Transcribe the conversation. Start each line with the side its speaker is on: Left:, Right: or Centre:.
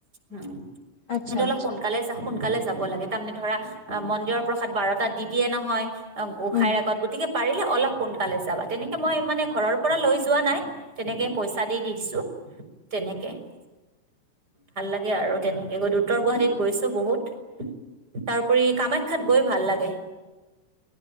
Right: উম,।
Left: আচ্ছা,
Right: সেইটো অলপ
Left: আচ্ছা,
Right: সোনকালে যা সকালে যাব লাগে তাৰমানে ধৰা মন্দিৰৰ প্ৰসাদ বাৰটাত দি দিয়ে নহয়। অ গোঁসাইৰ
Left: উম,
Right: আগত গতিকে পাৰিলে অলপ সোনকালে যাবা তেনেকে মই মানে ঘৰৰ পৰা লৈ যোৱা নাই। তেনেকৈ পইচা দি দিছোঁ তেনেকে। ভাল লাগে আৰু তেনেকে গৈ উত্তৰ গুৱাহাটীত গৈছো বহুত- তাৰপৰি কামাখ্যাত গৈ ভাল লাগে।